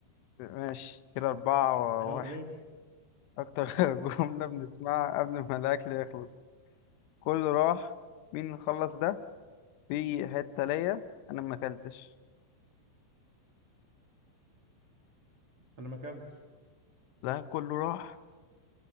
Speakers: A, on the left; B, on the right.
A: ماشي كده أربعة
B: أهو
A: وواحد
B: ماشي
A: أكتر <laughs> جملة بنسمعها قبل ما الأكل يخلص كله راح مين خلص ده في حتة ليا أنا ما أكلتش
B: انا ما اكلتش
A: لا كله راح